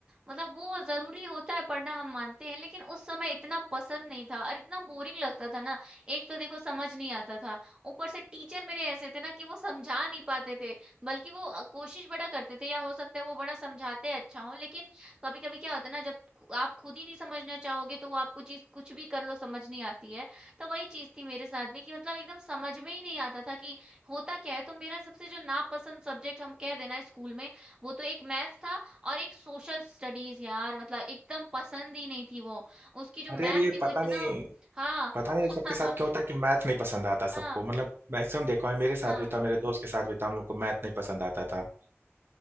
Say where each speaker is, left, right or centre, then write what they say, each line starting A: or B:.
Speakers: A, on the right; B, on the right.
A: मतलब वो जरूरी होता है पढ़ना हम मानते हैं लेकिन उस समय इतना पसंद नहीं था और इतना बोरिंग लगता था ना एक तो देखो समझ नहीं आता था ऊपर से टीचर मेरे ऐसे थे ना कि वो समझा नहीं पाते थे बल्कि वो अ, कोशिश बड़ा करते थे या हो सकता है वो बड़ा समझाते अच्छा हो लेकिन कभी कभी क्या होता है ना जब खु- आप खुद ही नहीं समझना चाहोगे तो वो आपको चीज कुछ भी कर लो समझ नहीं आती है तो वही चीज थी मेरे साथ भी कि मतलब एकदम समझ में ही नहीं आता था कि होता क्या है तो मेरा सबसे जो नापसंद सब्जेक्ट हम कह देना है स्कूल में वो तो एक मैथ्स था और एक सोशल स्टडीज यार मतलब एकदम पसंद ही नहीं थी वो उसकी जो
B: अरे
A: मैम
B: यार ये
A: थी वो
B: पता
A: इतना
B: नहीं
A: हाँ
B: पता नहीं सबके
A: <laughs>
B: साथ
A: हाँ
B: क्यों होता है कि मैथ नहीं पसंद आता
A: हाँ
B: सबको मतलब मैक्सिमम देखा है मेरे साथ
A: हाँ
B: भी था मेरे दोस्त के साथ भी था हम लोग को मैथ नहीं पसंद आता था